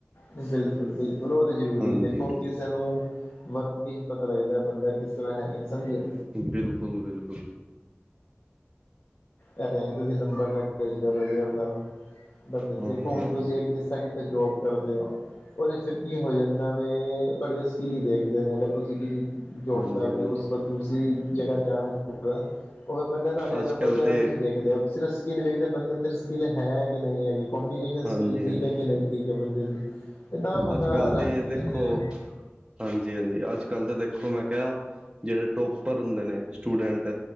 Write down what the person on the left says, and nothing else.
ਬਿਲਕੁਲ-ਬਿਲਕੁਲ, ਓ ਤੇ ਜ਼ਰੂਰੀ
ਏ ਦੇਖੋ,
ਕਿਸੇ ਨੂੰ ਵਰਤ ਕੇ ਈ ਪਤਾ ਲੱਗਦਾ ਹੈ ਬੰਦਾ ਕਿਸ ਤਰ੍ਹਾਂ ਹੈਗਾ? ਸਮਝੇ।
ਏਹ ਤੇ ਹੈ ਤੁਸੀਂ ਨੰਬਰ ਨਾਲ ਜੱਜ ਕਰੋਗੇ <unintelligible> ਬੰਦੇ ਨ,
ਦੇਖੋ ਹੁਣ
ਤੁਸੀਂ ਇੱਕ ਜਿਸ ਤਰਾਂ ਕਿੱਥੇ ਜੋਬ ਕਰਦੇ ਹੋ, ਔਰੇ ਚ ਫਿਰ ਕੀ ਹੋ ਜਾਂਦਾ ਵੇ, ਤੁਆਡੀ ਉਹ ਸਕੀਲ ਈ ਦੇਖਦੇ ਨੇ, ਅਗਰ ਤੁਸੀਂ ਕਿਸੀ ਜੋਬ
ਕਰ
ਰਹੇ ਔ, ਉਸ ਵਕਤ ਤੁਸੀਂ ਜਗ੍ਹਾ ਜਾਣਾ ਜੋਬ, ਉਦੋਂ ਬੰਦੇ ਤੁਆਡੇ
ਨੰਬਰ
ਵਗੈਰਾ
ਕੁਛ ਨੀ ਦੇੇਖਦੇ ਉਹ, ਸਿਰਫ ਸਕਿੱਲ ਵੇਖਦੇ ਹੋ, ਬੰਦੇ ਅੰਦਰ ਸਕਿੱਲ ਹੈ ਕਿ ਨਹੀਂ ਹੈਗੀ? ਕੋਮਿਊਨੀਕੇਸ਼ਨ
ਸਕਿੱਲ ਠੀਕ
ਹੈ ਕਿ ਨਹੀਂ? ਠੀਕ ਐ ਬੰਦੇ ਦੀ। ਤੇ ਤਾਂ ਬੰਦਾ
ਰੱਖ ਵੀ
ਲੈਂਦੇ ਨੇ ਉਹ